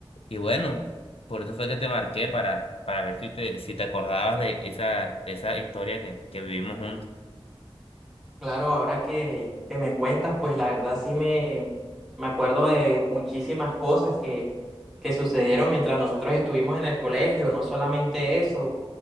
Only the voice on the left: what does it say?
Y bueno, por eso fue que te marqué para, para ver si te, si te acordabas de esa, de esa historia que, que vivimos juntos.